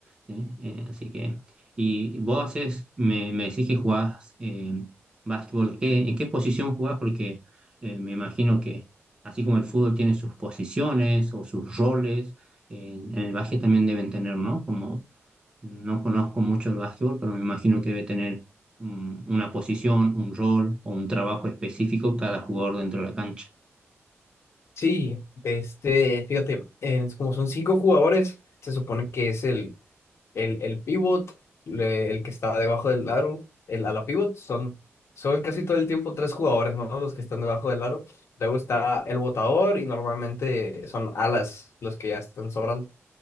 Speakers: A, on the right; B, on the left.
A: ¿sí? Eh, así que, y vos haces, me, me decís que jugás eh, básquetbol, ¿qué, en qué posición jugás? Porque eh, me imagino que así como el fútbol tiene sus posiciones o sus roles, en, en el básquet también deben tener, ¿no? Como no conozco mucho el básquetbol, pero me imagino que debe tener un- una posición, un rol o un trabajo específico cada jugador dentro de la cancha.
B: Sí, este, fíjate, en- como son cinco jugadores, se supone que es el, el, el pivot, le- el que está debajo del aro, el ala pivot, son, son casi todo el tiempo tres jugadores, ¿no? Los que están debajo del aro. Luego está el botador y normalmente son alas los que ya están sobrando.